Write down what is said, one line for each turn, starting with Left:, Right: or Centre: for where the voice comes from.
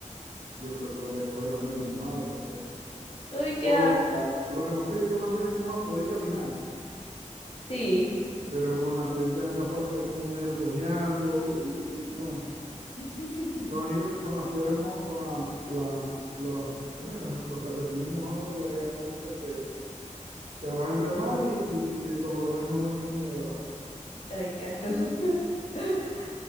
Right: yo creo que voy a escoger las medias mojadas porque
Left: Uy,
Right: por
Left: qué asco.
Right: lo lo que pasa es que con las medias mojadas podéis caminar,
Left: Sí.
Right: pero con la pedita en el zapato está como medio cojeando. Uy, no.
Left: <laughs>
Right: Lo único que con las piedras, mo- con la, la- la- ¿cómo es? Las- los calcetines mojados, va a llegar un momento que te vas a enfermar y, y los olores no van a ser muy agradables.
Left: Ay, qué asco. <laughs>